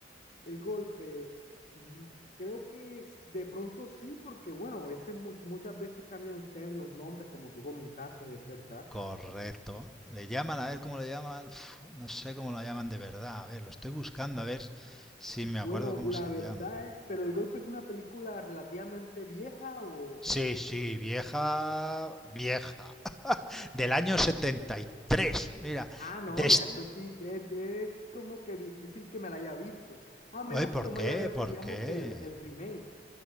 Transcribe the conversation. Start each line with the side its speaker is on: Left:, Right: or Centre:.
Left: El golpe, mm, creo que es- de pronto sí, porque bueno, a veces, mu- muchas veces cambian ustedes los nombres, como tú comentaste, es verdad.
Centre: Correcto. Le llaman, a ver cómo le llaman, uf, no sé cómo la llaman de verdad, a ver, lo estoy buscando, a ver si me
Left: Bueno,
Centre: acuerdo cómo
Left: la
Centre: se
Left: verdad
Centre: llama.
Left: es, pero El Golpe es una película relativamente vieja o,
Centre: Sí,
Left: o
Centre: sí,
Left: reciente.
Centre: vieja, vieja. Del año 73. Mira,
Left: Ah, no,
Centre: Des-
Left: ya, esto es, di- es, es como que difícil que me la haya visto, a menos
Centre: Oye, ¿por
Left: que yo me
Centre: qué?
Left: haya visto,
Centre: ¿Por
Left: digamos,
Centre: qué?
Left: que el, el remake.